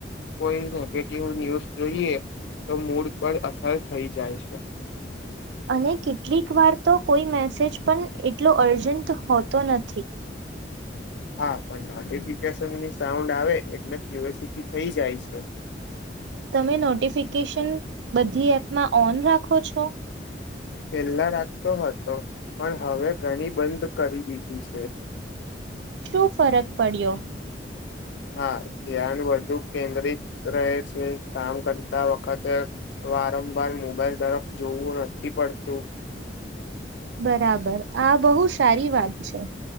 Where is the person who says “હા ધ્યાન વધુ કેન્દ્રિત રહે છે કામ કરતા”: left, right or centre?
Left